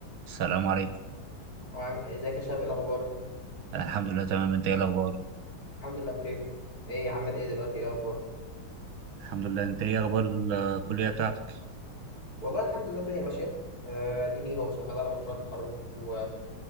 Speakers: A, on the right; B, on the left.
A: السلام عليكم
B: وعامل ازيك يا شباب إيه الاخبار
A: انا الحمد لله تمام انت ايه الاخبار
B: الحمد لله بخير ايه عامل ايه دلوقتي ايه اخبارك
A: الحمد لله انت ايه اخبار الكليه بتاعتك
B: والله الحمد لله الدنيا ماشيه آه ديني هو شغال على مشروع التخرج و...